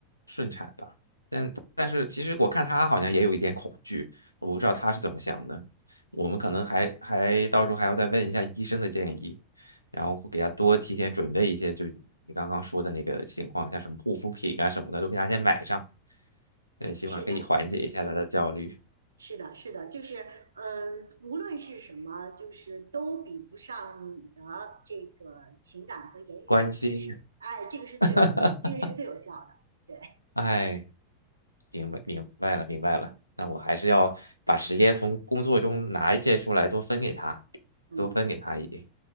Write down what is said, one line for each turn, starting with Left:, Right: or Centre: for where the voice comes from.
Left: 顺产吧。但但是其实我看他好像也有一点恐惧，我不知道他是怎么想的。我们可能还还到时候还要再问一下医生的建议，然后给他多提前准备一些，就你刚刚说的那个情况，像什么护肤品啊什么的，都给他先买上。嗯，希望可以缓解一下他的焦虑，
Right: 是的，是的，是的，就是呃，无论是什么，就是都比不上你的这个情感和言语上的支持。
Left: 关心。
Right: 哎，这个是最有益的，
Left: <laughs>
Right: 这个是最有效的。对，
Left: 哎，明白明白了明白了，那我还是要把时间从工作中拿一些出来，多分给他，
Right: 嗯。
Left: 多分给他一点。